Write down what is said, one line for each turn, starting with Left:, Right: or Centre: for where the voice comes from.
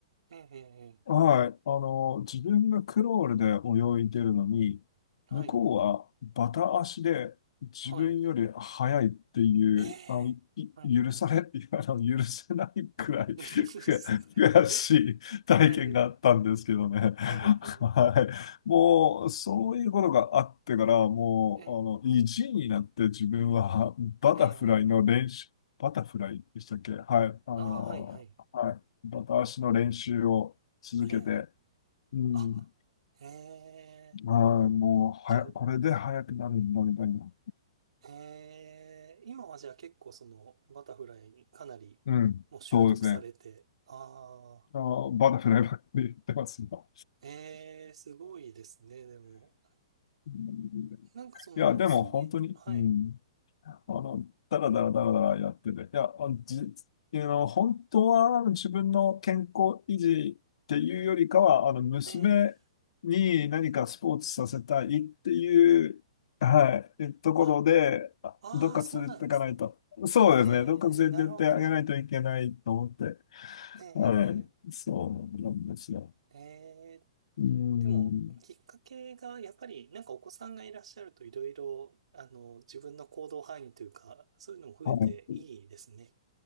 Right: ええ、ええ
Left: はい。あの、自分がクロールで泳いでるのに、
Right: はい、
Left: 向こうはバタ足で自分より速いっていう、
Right: はい。ええ、
Left: あの、い許され、
Right: はい、はい。
Left: <laughs> あの、許せないくらい
Right: <laughs> ですよね。
Left: 悔悔しい体験があったんですけどね。
Right: ええ、はい、
Left: はい。
Right: はい。
Left: もう、そういうことがあってから、もう、
Right: ええ、
Left: あの、意地になって自分はバタフライの練習、
Right: ええ、ええ、
Left: バタフライでしたっけはい。あの、
Right: ああ、はい、はい。
Left: はい。バタ足の練習を続けて、
Right: ええ、
Left: うん、
Right: あ、ええ、
Left: ああ、もうはや、
Right: じゃあ、
Left: これで速くなるんだ、みたいな。
Right: ええ、今はじゃあ結構そのバタフライかなりもう習得されて、
Left: うん、そうですね。
Right: ああ、
Left: あーバタフライばっかり言ってます、今。
Right: ええ、すごいですね、でも。
Left: うん
Right: なんかその、
Left: いや、でも本当に、
Right: 水泳、はい、
Left: うん、あの、だらだらだらだらやってて、いや、あの、じ、あの、本当はあの自分の健康維持っていうよりかは、あの、娘に何かスポーツさせたいっていう、
Right: ええ、
Left: はい、ところで、
Right: あ、
Left: あどっか連れていかないと。
Right: ああ、そうなんですね。
Left: そうですね、
Right: ええ、
Left: どっか連れてってあげないといけないと思って、
Right: なるほど。ええ、
Left: はい、そうなんですよ。
Right: ええ、ええ
Left: うん、
Right: でも、きっかけがやっぱりなんかお子さんがいらっしゃるといろいろ、あの、自分の行動範囲というか、そういうのも増えていいですね。
Left: はい、